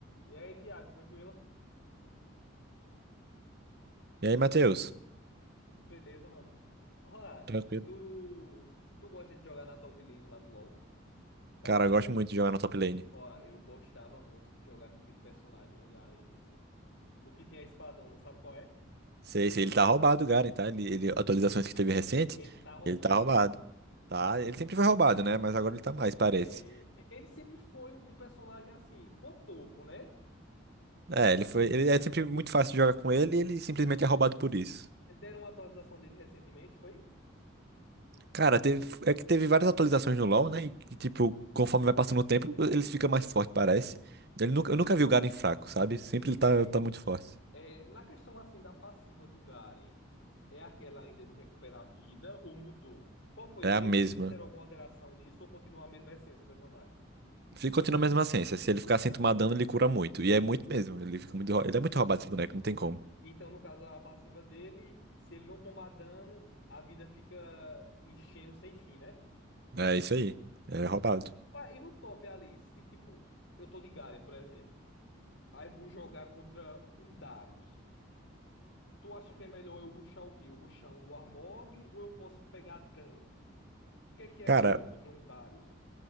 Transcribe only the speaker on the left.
E aí, Thiago, tranquilo?
Tudo beleza, mano? Ó,
tu, tu gosta de jogar na top lane lá no LoL? Cara,
ó, eu gostava muito de jogar com aquele personagem, o Garen, vice. O que tem a espadona, sabe qual é?
Ele tá roubado.
É, ele sempre foi um personagem assim, cotoco, né?
É,
se-
deram uma atualização dele recentemente, foi?
Entendi.
É, na questão assim da passiva do Garen, é aquela ainda de recuperar a vida ou mudou? Qual foi?
Ele-
Eles fizeram alguma alteração nisso ou continua a mesma essência o personagem?
Então, no caso, a passiva dele, se ele não tomar dano, a vida fica enchendo sem fim, né?
Ah.
Ué, e no top ali, se tipo, eu tô de Garen, por exemplo, aí vou jogar contra um Darius. Tu acha que é melhor eu rushar o quê? Eu rushar um Warmog ou eu posso pegar dano? O que é que é
melhor contra um Darius?